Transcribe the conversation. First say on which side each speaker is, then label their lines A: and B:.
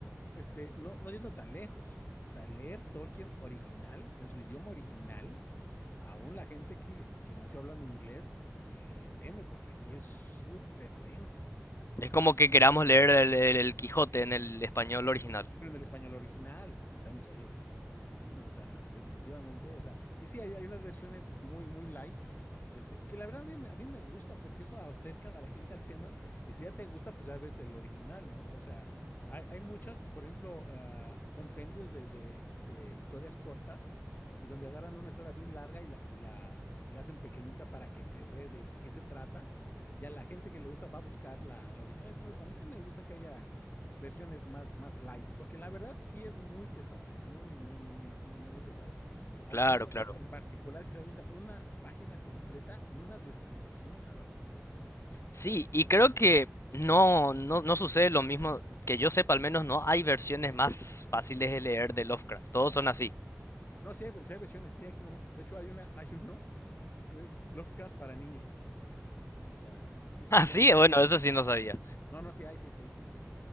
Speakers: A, on the left; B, on the left.
A: este, no, no yendo tan lejos. O sea, leer Tolkien original, en su idioma original, aún la gente que, que nació hablando inglés eh, le, le teme porque sí es súper denso.
B: es como que queramos leer el, el- el Quijote en el español original.
A: Pero en el español original, y también se oye, pues, pues, sí, no, o sea, definitivamente, o sea, y sí, hay, hay unas versiones muy, muy light, este, que la verdad a mí, me- a mí me gustan, porque eso acercan a la gente al tema, y si ya te gusta, pues ya ves el original, ¿no? O sea, hay, hay muchas, por ejemplo, ah, compendios de, de- de historias cortas, y donde agarran una historia bien larga y la, y la, y la hacen pequeñita para que te ve de, de qué se trata, y a la gente que le gusta va a buscar la, la original, entonces a mí se me gusta que haya versiones más, más light, porque la verdad sí es muy pesado, muy, muy, muy, muy, muy pesado. Hay,
B: Claro,
A: hay una
B: claro.
A: en en particular que se avienta una página completa en una descripción nada más.
B: Sí, y creo que no, no, no sucede lo mismo, que yo sepa al menos no hay versiones más fáciles de leer de Lovecraft, todos son así.
A: No, sí hay, sí hay versiones, sí hay, cómo no. De hecho, hay una, hay uno, eh, Lovecraft para niños, ¿no? O sea, sí,
B: <laughs>
A: sí,
B: Ah,
A: sí.
B: sí,
A: hay.
B: bueno, eso sí no sabía.
A: No, no, sí hay, sí, sí, hay, sí, sí.